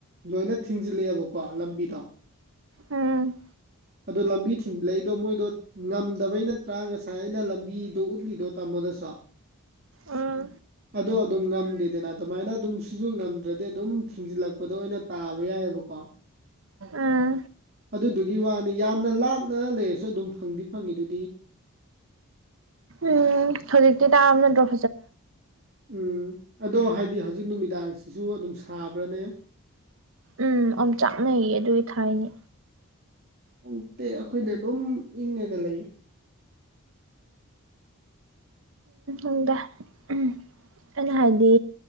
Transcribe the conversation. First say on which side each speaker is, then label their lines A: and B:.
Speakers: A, on the right; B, on the right.
A: ꯂꯣꯏꯅ ꯊꯤꯡꯖꯤꯜꯂꯛꯑꯦꯕꯀꯣ ꯂꯝꯕꯤꯗꯣ
B: ꯎꯝ
A: ꯑꯗꯣ ꯂꯝꯕꯤ ꯊꯁꯤꯡꯁꯤꯜ ꯂꯩꯏꯗꯣ ꯃꯣꯏꯗꯣ ꯉꯝꯗꯕꯩ ꯅꯠꯇ꯭ꯔꯥ ꯉꯁꯥꯏ ꯑꯩꯅ ꯂꯝꯕꯤꯗꯣ ꯎꯠꯂꯤꯗꯣ ꯇꯥꯃꯣꯗꯁꯨ
B: ꯎꯝ
A: ꯑꯗꯣ ꯑꯗꯨꯝ ꯉꯝꯗꯦꯗꯅ ꯑꯗꯨꯃꯥꯏꯅ ꯑꯗꯨꯝ ꯁꯤꯁꯨ ꯉꯝꯗ꯭ꯔꯗꯤ ꯑꯗꯨꯝ ꯊꯤꯡꯖꯤꯜꯂꯛꯄꯗ ꯑꯣꯏꯅ ꯇꯥꯕ ꯌꯥꯏꯑꯕꯀꯣ
B: ꯎꯝ
A: ꯑꯗꯨꯗꯨꯒꯤ ꯋꯥꯅꯤ ꯌꯥꯝꯅ ꯂꯥꯞꯅ ꯂꯩꯔꯁꯨ ꯑꯗꯨꯝ ꯐꯪꯗꯤ ꯐꯪꯉꯤ ꯑꯗꯨꯗꯤ
B: ꯎꯝ ꯍꯧꯖꯤ ꯇꯥ ꯅꯇ꯭ꯔꯣ
A: ꯎꯝ ꯑꯗꯣ ꯍꯥꯏꯗꯤ ꯍꯧꯖꯤꯛ ꯅꯨꯃꯤꯗꯥꯡꯁꯤꯁꯨ ꯑꯗꯨꯝ ꯁꯥꯕ꯭ꯔꯅꯦ
B: ꯎꯝ ꯑꯣꯝꯆꯥꯛꯅꯩꯌꯦ ꯑꯗꯨꯒꯤ ꯊꯥꯏꯅꯦ
A: ꯅꯪꯇꯦ ꯑꯩꯈꯣꯏꯗ ꯑꯗꯨꯝ ꯏꯪꯉꯒ ꯂꯩꯌꯦ
B: ꯎꯝꯗ ꯎꯝ ꯑꯩꯅ ꯍꯥꯏꯗꯤ